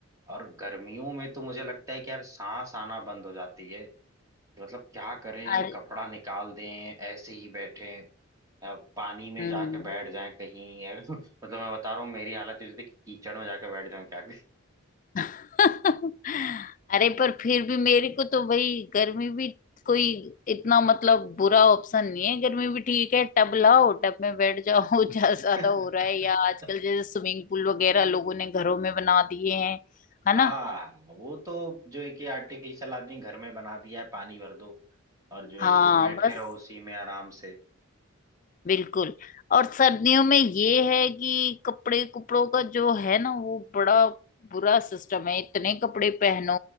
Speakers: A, on the right; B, on the left.
A: और गर्मियों में तो मुझे लगता है कि यार सांस आना बंद हो जाती है तो मतलब क्या करें
B: अरे
A: कपड़ा निकाल दें ऐसे ही बैठे पानी में
B: हम्म
A: जाके बैठ जाएं कहीं <laughs> मतलब मैं बता रहा हूँ मेरी हालत ये होती है कि कीचड़ में जाके बैठ जाऊं क्या
B: <laughs> अरे पर फिर भी मेरे को तो भाई गर्मी भी कोई इतना मतलब बुरा ऑप्शन नहीं है गर्मी भी ठीक है टब लाओ टब में बैठ जाओ <laughs> जहाँ ज्यादा
A: करें
B: हो
A: <laughs>
B: रहा है या आजकल जैसे स्विमिंग पूल वगैरह लोगों ने घरों में बना दिए हैं है
A: हाँ
B: ना
A: वो तो जो है कि आर्टिफिशियल आदमी घर में बना दिया है पानी भर दो और जो है
B: हाँ
A: कि वो बैठे
B: बस
A: रहो उसी में आराम से
B: बिल्कुल और सर्दियों में ये है कि कपड़े कपड़ों का जो है ना वो बड़ा बुरा सिस्टम है इतने कपड़े पहनो